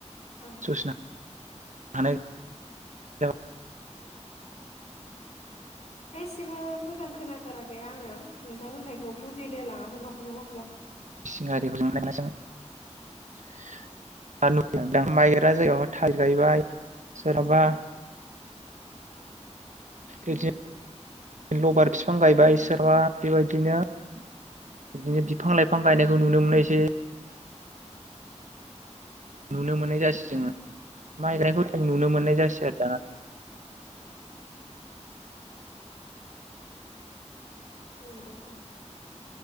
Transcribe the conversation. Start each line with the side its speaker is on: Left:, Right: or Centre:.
Left: औ
Right: <unintelligible> <unintelligible>
Left: एसेबो मोजां खोनाथाराखै आङो नोंथां होननाय खौ बुजिलाय लाङाखै माखौ माखौबा <unintelligible>
Right: <unintelligible> सोरहाबा। बिदिनो लबार बिफां गायबाय सोरबा बेबायदिनो बिदिनो बिफां लाइफां गायनायखौ नुनो मोनायसै। नुनो मोननाय जासै जोङो माइ गानायखौ जों खम नुनो मोननाय जासै आरो दाना।
Left: नंगौ ओं।